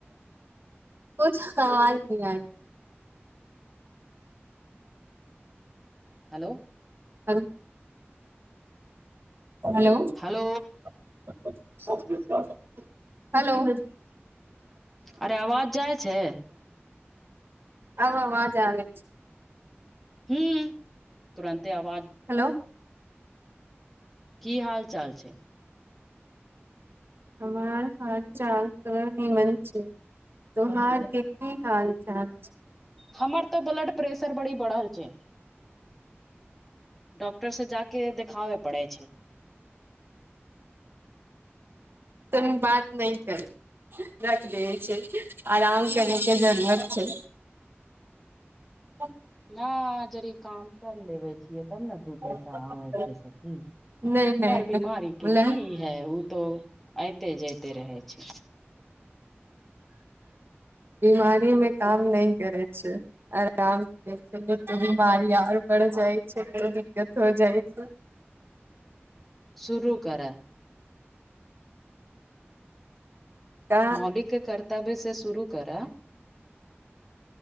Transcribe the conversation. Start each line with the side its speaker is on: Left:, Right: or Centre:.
Right: कुछ अवाज ने आइ
Centre: हेलो
Right: आब हेलो
Centre: हेलो
Right: <unintelligible> हेलो <unintelligible>
Centre: अरे आवाज जाइ छै
Right: अब अबाज आबै छै
Centre: हू तुरन्ते आवाज
Right: हेलो
Centre: की हाल चाल छै
Right: हमार हाल चाल त निमन छै तोहार के की हाल चाल छै
Centre: हमर तऽ ब्लड प्रेशर बड़ी बढ़ल छै डॉक्टर से जाके देखाबे पड़ै छै
Right: तनी बात नै करै रख दैबे छै आराम करयके जरूरत छै <inaudible>
Centre: नहि जदि काम कर लेबे छियै तब ने दू पैसा
Right: नहि
Centre: आबै छै सखी
Right: नहि नहि
Centre: बड़
Right: बोले
Centre: बिीमारी के की है ओ तो अऐते जाइते रहे छै
Right: बीमारी मे काम नहि करै छै आराम करै छै लोक के बीमारी आर बढ़ जाइ छै को दिक्कत हो जाइ छै
Centre: शुरू कर
Right: तऽ
Centre: मौलिक के कर्तव्य से शुरू कर